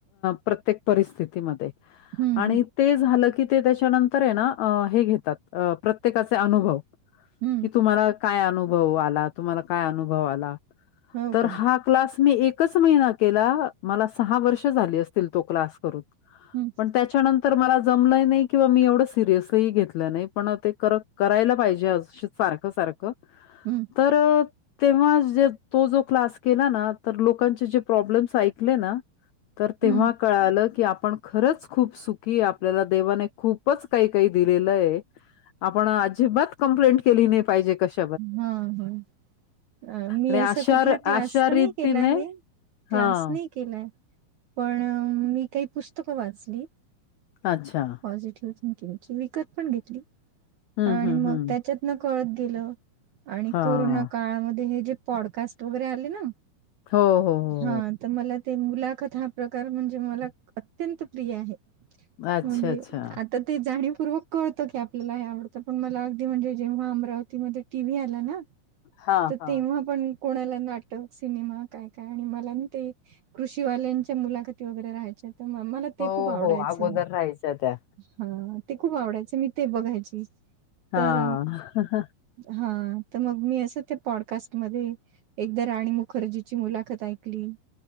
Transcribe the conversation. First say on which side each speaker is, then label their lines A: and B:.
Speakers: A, on the left; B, on the right.
A: प्रत्येक परिस्थितीमध्ये
B: हम्म
A: आणि
B: हम्म
A: ते झालं की ते त्याच्यानंतर तर ना हे घेतात प्रत्येकाचे अनुभव
B: हम्म
A: की तुम्हाला काय अनुभव आला तुम्हाला काय अनुभव आला
B: हो
A: तर
B: का
A: हा क्लास मी एकच महिना केला मला सहा वर्ष झाले अस तो क्लास करून
B: हम्म
A: पण त्याच्यानंतर मला जमलय नाही किंवा मी एवढ सिरियस ही घेतल नाही पण करत करायला पाहिजे सारख, सारखं
B: हम्म..
A: तर तेव्हा जे तो जो क्लास केला ना तर लोकांचे जे प्रॉब्लेम्स ऐकले ना तर तेव्हा
B: हम्म
A: कळालं की आपण खरंच खूप सुखी आपल्याला देवाने खूप खुपच काही, काही दिलेलय आपण अजिबात कंप्लेंट केली नाहीे पाहिजे कशा
B: हा, हा अ मी
A: आणि
B: असा
A: अशा
B: कुठला
A: र
B: क्लास
A: अशा
B: तर
A: रीतीने
B: नाही केला आहे
A: हां,
B: क्लास नाही केलाय पण मी काही पुस्तक वाचली
A: अच्छा.
B: पॉझिटिव्ह थिंकिंगची विकत पण घेतली
A: हं,
B: आणि
A: हं,
B: मग
A: हं.
B: त्याच्यात कळत गेलं आणि
A: हां.
B: कोरोना काळामध्ये हे जे पॉडकास्ट वगैरे आले ना
A: हो हो हो.
B: हा तर मला ते मुलाखत हा प्रकार म्हणजे मला अत्यंत प्रिय आहे.
A: अच्छा,
B: म्हणजे
A: अच्छा.
B: आ तर ते जाणीवपूर्वक कळतं की आपल्याला हे आवडतं पण मला अगदी म्हणजे जेव्हा अमरावतीमध्ये टी व्ही आला ना
A: हां,
B: तर
A: हां.
B: तेव्हा पण कोणाला नाटक, सिनेमा काय, काय आणि मला ना ते कृषीवाल्यांच्या मुलाखती वगैरे राहायच्या तर मला ते
A: हो,
B: खूप आवडायचं
A: हो. अगोदर राहायच्या त्या.
B: हा ते खूप आवडायचं मी ते बघायची.
A: हा.
B: तर हा तर मग मी असं ते पॉडकास्ट मध्ये एकदा राणी मुखर्जीची मुलाखत ऐकली